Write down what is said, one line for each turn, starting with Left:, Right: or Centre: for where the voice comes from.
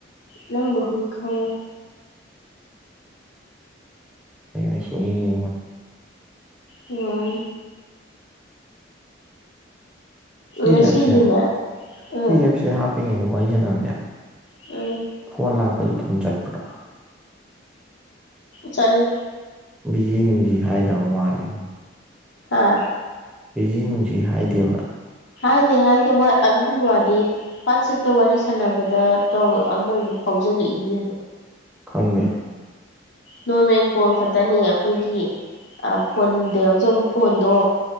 Left: ꯅꯪꯕꯨꯗꯤꯈꯉ
Centre: ꯑ ꯁꯨꯏꯗꯤ
Left: ꯑꯣ
Centre: ꯁꯤ
Left: ꯉꯁꯤꯒꯤꯅꯦ
Centre: ꯑꯦꯞꯁꯦ
Left: ꯎꯝ
Centre: ꯁꯤ ꯑꯦꯞꯁꯦ ꯍꯥꯞꯄꯉꯦꯗ ꯋꯥꯔꯤ ꯁꯪꯉꯅꯕꯁꯦ
Left: ꯑꯣ
Centre: ꯐꯣꯟ ꯂꯥꯛꯄꯗꯨ ꯑꯗꯨꯝ ꯆꯠꯄ꯭ꯔꯥ
Left: ꯆꯂꯤ
Centre: ꯕꯤꯖꯤ ꯅꯨꯡꯖꯤ ꯍꯥꯏꯗꯕ ꯃꯥꯜꯂꯦꯕ
Left: ꯍꯥꯥ
Centre: ꯑꯩꯖꯤ ꯅꯨꯡꯁꯤ ꯍꯥꯏꯗꯦꯕ꯭ꯔꯥ
Left: ꯍꯥꯏꯗꯦ ꯍꯥꯏꯗꯦ ꯑꯗꯨꯒꯤ ꯋꯥꯗꯤ ꯋꯥꯆꯦꯞꯇ ꯋꯥꯔꯤ ꯁꯥꯟꯅꯕꯗ ꯇꯧ ꯑꯃꯗ ꯐꯥꯎꯖꯜꯂꯛꯏꯗꯨꯗꯅꯣ
Centre: ꯈꯪꯗꯦ
Left: ꯅꯣꯔꯃꯦꯜ ꯀꯣꯜ ꯈꯛꯇꯅꯦ ꯑꯩꯈꯣꯏꯒꯤ ꯐꯣꯟꯗ ꯌꯥꯎꯖꯕ ꯐꯣꯟꯗꯣ